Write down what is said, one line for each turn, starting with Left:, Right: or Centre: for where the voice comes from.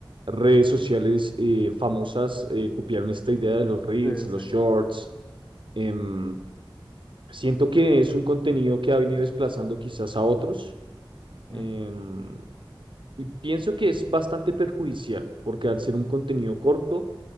Right: redes sociales eh, famosas eh, copiaron esta idea de los reels,
Left: Sí,
Right: los
Left: sí.
Right: shorts. Em, siento que es un contenido que ha venido desplazando quizás a otros. em,
Left: Ujú.
Right: y pienso que es bastante perjudicial, porque al ser un contenido corto,